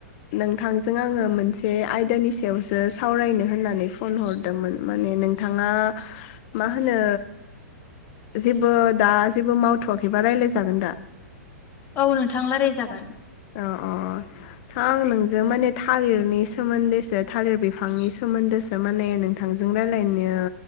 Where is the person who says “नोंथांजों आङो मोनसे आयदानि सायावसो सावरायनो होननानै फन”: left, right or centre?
Left